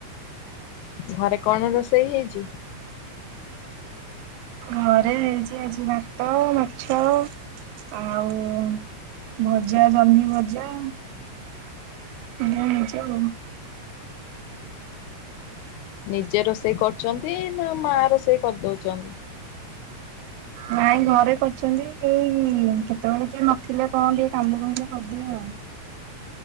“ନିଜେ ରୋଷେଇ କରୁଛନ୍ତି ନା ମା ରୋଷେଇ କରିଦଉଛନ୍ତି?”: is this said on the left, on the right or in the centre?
Left